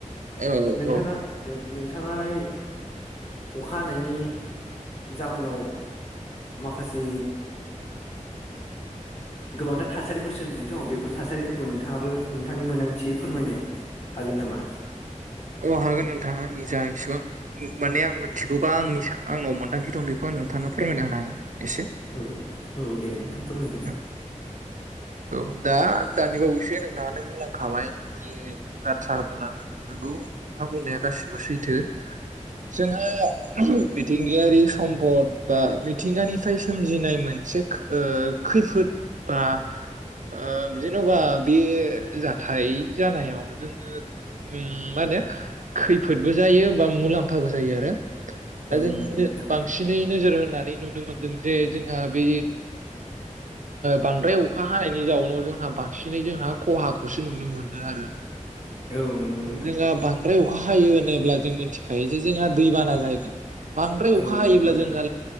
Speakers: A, on the right; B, on the left.
A: औ
B: नोंथांङा
A: औ
B: नो नों नोंथाङालाय अखा हानायनि जाउनाव माखासे गोबांथार थासारिफोर सोमजियोथ' बेफोर थासारिफोरखौ नोंथांङाबो नोंथांनि मोन्दांथियै फोरमायनो हागोन नामा?
A: अ हागोन नोंथां आंनि जा इसिबां माने आं थिगौबा आंनि सा आंनाव मोनदांथि दं बेखौ आं नोंथांनो फोरमायना होनो हागोन एसे
B: औ औ दे नोंथां फोरमायदो
A: औ औ दा दानि बावैसो नोंथाङानो बुंलांखाबाय जे जि बाथ्रा बुंलांदों नोंगौ नोंथां बुंनाया गासिबो सैथो जोंहा मिथिंगायारि सम्पद बा मिथिंगानिफ्राय सोमजिनाय मोनसे ओ खैफोद बा ओ जेन'बा बे जाथाय जानायाव जोङो मा होनो खैफोदबो जायो बा मुला म्फाबो जायो आरो दा
B: औ
A: जों
B: नंगौ नोंथां
A: बांसिनै नोजोर होनानै नुनो मोनदों जे जोंहा बे बांद्राय अ खा हानायनि जाउनाव जोंहा बांसिनै जोंहा खहाखौसो नुनो मोनो आरो
B: औ नंगौ नोंथां
A: जोंहा बांद्राय अखा हायो होनोब्ला जों मिथिखायो जे जोंहा दैबाना जागोन बांद्राय अखा
B: औ
A: हायोब्ला
B: नंगौ नोंथां
A: जोंहा